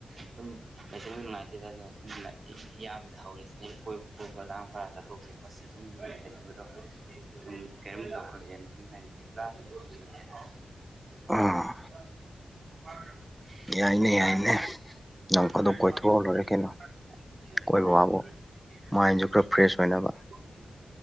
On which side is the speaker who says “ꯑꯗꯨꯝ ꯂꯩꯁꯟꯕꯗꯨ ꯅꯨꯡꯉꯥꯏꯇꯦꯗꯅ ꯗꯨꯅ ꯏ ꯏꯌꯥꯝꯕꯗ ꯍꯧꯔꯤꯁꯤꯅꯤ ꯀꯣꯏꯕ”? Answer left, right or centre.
Right